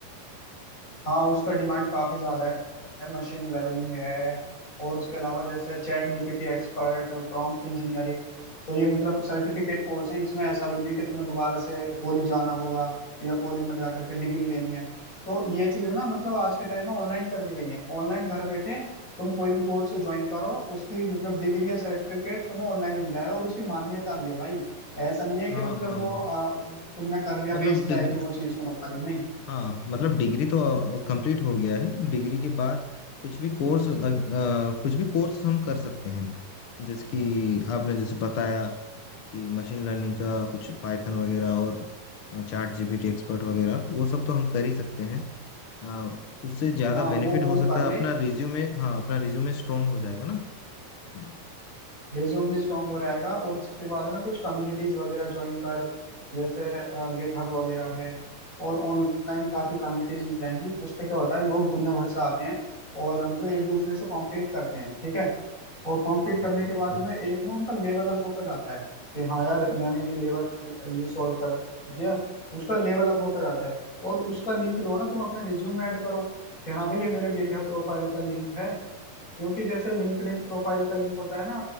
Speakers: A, on the left; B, on the left.
A: हाँ उसका डिमांड काफी ज्यादा है मशीन लर्निंग है और उसके अलावा जैसे ChatGPT expert prompt engineering तो ये मतलब सर्टिफिकेट कोर्स हैं इसमें ऐसा भी नहीं है कि तुम्हें दोबारा से कॉलेज जाना होगा या कॉलेज में जा करके डिग्री लेनी है तो ये चीज ना मतलब आज के टाइम में ऑनलाइन कर दी गई है ऑनलाइन घर बैठे तुम कोई भी कोर्स ज्वाइन करो उसकी मतलब डिग्री या सर्टिफिकेट तुम्हें ऑनलाइन मिल जाएगा और उसकी मान्यता भी है भाई ऐसा नहीं है कि
B: हाँ
A: मतलब
B: हाँ
A: वो आ, तुमने कर लिया
B: मतलब
A: वेस्ट
B: डिग्री
A: जाएगी वो चीज तुम्हारी नहीं
B: हाँ मतलब डिग्री तो कंप्लीट हो गया है डिग्री के बाद कुछ भी कोर्स कुछ भी कोर्स हम कर सकते हैं जैसे कि आपने जैसे बताया कि मशीन लर्निंग का कुछ पाइथन वगैरह और चैट जीपीटी एक्सपर्ट वगैरह वो सब तो हम कर ही सकते हैं हाँ उससे ज्यादा
A: हाँ
B: बेनिफिट
A: वो वो
B: हो सकता
A: कर ले
B: है अपना रिज्यूमे हाँ अपना रिज्यूमे स्ट्रांग हो जाएगा ना उसमें
A: रिज्यूम भी स्ट्रांग हो जाएगा और उसके बाद है ना कुछ कम्युनिटीज वगैरह ज्वाइन कर जैसे गिटहब वगैरह है और ऑनलाइन काफी कम्युनिटीज मिल जाएंगी उस पे क्या होता है लोग दुनिया भर से आते हैं और अ, मतलब एक दूसरे से कॉम्पीट करते हैं ठीक है और कॉम्पीट
B: हाँ
A: करने
B: हाँ
A: के बाद
B: वो तो
A: में एक ना उनका लेवल अप होता जाता है कि हाँ यार मैंने ये लेवल ये सॉल्व कर दिया उसका लेवल अप होता जाता है और उसका लिंक जो है ना तुम अपने रिज्यूम में ऐड करो कि हाँ भाई ये मेरे गिटहब प्रोफाइल का लिंक है क्योंकि जैसे लिंक्डइन प्रोफाइल का लिंक होता है ना